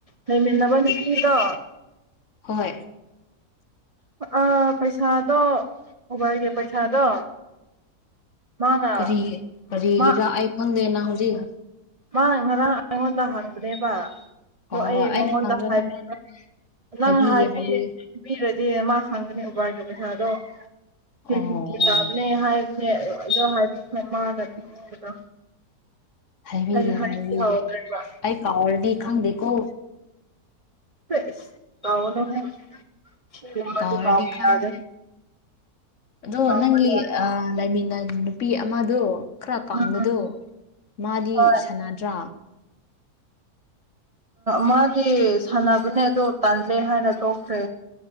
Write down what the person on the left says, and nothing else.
ꯍꯣꯍꯣꯏ
ꯀꯔꯤ ꯀꯔꯤꯒꯤꯔꯥ
ꯑꯩ ꯈꯪꯗꯦ ꯅꯪ ꯍꯧꯖꯤꯛ
ꯍꯣꯏ
ꯍꯣꯏ ꯑꯩꯅ
ꯈꯪꯗ꯭ꯔ
ꯃꯉꯣꯟ
ꯍꯥꯏꯕꯤꯒꯦ
ꯍꯥꯏꯕꯤꯒꯦ
ꯑꯣ
ꯑꯣ
ꯍꯥꯏꯕꯤꯒꯦ
ꯍꯥꯏꯕꯤꯒꯦ
ꯑꯩ ꯀꯥꯎꯔꯗꯤ ꯈꯪꯗꯦꯀꯣ꯫
ꯀꯥꯎꯔꯗꯤ
ꯈꯪꯗꯦ
ꯑꯗꯣ
ꯅꯪꯒꯤ
ꯑ ꯂꯩꯃꯤꯟꯅ ꯅꯨꯄꯤ ꯑꯃꯗꯣ ꯈ꯭ꯔꯥ ꯀꯪꯕꯗꯨ
ꯃꯥꯗꯤ
ꯁꯥꯟꯅꯗ꯭ꯔꯥ